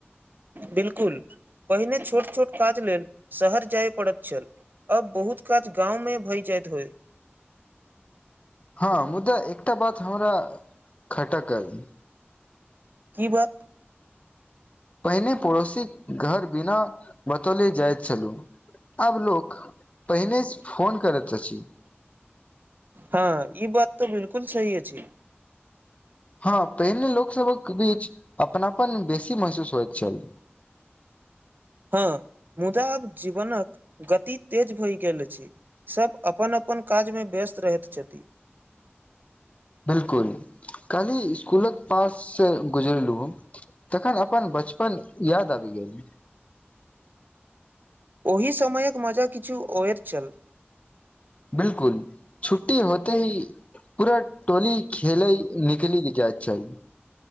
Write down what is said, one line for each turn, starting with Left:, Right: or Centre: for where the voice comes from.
Right: 'बिलकुल' पहिने छोट -छोट काज लेल, शहर जाय पड़ैत छल, अब बहुत काज गाँमे भय जाइत होय।
Left: <unintelligible> हँ, मुदा एकटा बात हमरा खटकल!
Right: की बात?
Left: पहिने पड़ोसीक घर बिना बतौले जाइत छलू। आब लोक पहिने फोन करैत अछि।
Right: हँ, ई बात तऽ 'बिलकुल' सही अछि।
Left: हँ, पहिने लोकसभक बीच अपनापन बेसी महसूस होयत छल। <unintelligible>
Right: हँ, मुदा आब जीवनक गति तेज भए गेल अछि, सभ अपन -अपन अपन काजमे व्यस्त रहैत छथि।
Left: 'बिलकुल' काल्हि स्कूलक पास से गुजरेलु, तखन अपन बचपन याद आबि गेल।
Right: ओहि समयक मजा किछु ओयर चल।
Left: 'बिलकुल' छुट्टी होते ही पूरा टोली खेलै निकली जाय छल।